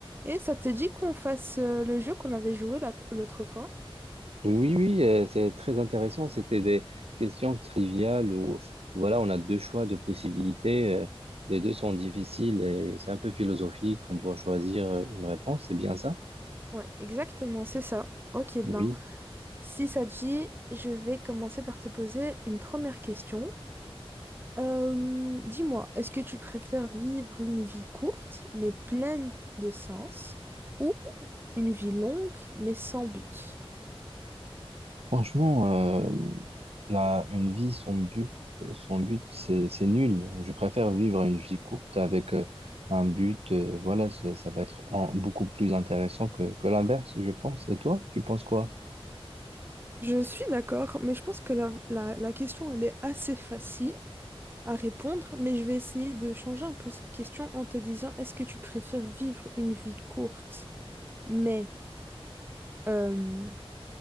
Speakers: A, on the right; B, on the right.
A: Et ça te dit qu'on fasse euh, le jeu qu'on avait joué l'autre l'autre fois?
B: Oui, oui, euh, c'est très intéressant. C'était des questions triviales où, voilà, on a deux choix de possibilités. euh, Les deux sont difficiles et c'est un peu philosophique. On doit choisir euh, une réponse. C'est bien ça?
A: Ouais, exactement, c'est ça. Ok,
B: Oui.
A: ben, si ça te dit, je vais commencer par te poser une première question. Euh, dis-moi, est-ce que tu préfères vivre une vie courte mais pleine de sens ou une vie longue mais sans but?
B: Franchement, euh, la, une vie sans but, euh, sans but, c'est, c'est nul. Je préfère vivre une vie courte avec euh, un but. euh, voilà, ça, ça va être en- beaucoup plus intéressant que, que l'inverse, je pense. Et toi, tu penses quoi?
A: Je suis d'accord, mais je pense que la, la, la question, elle est assez facile à répondre, mais je vais essayer de changer un peu cette question en te disant, est-ce que tu préfères vivre une vie courte, mais euh,